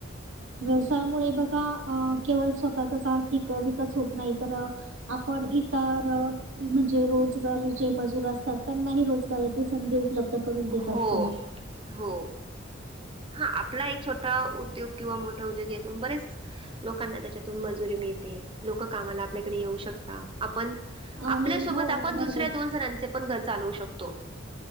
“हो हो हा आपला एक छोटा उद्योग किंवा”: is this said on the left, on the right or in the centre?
Right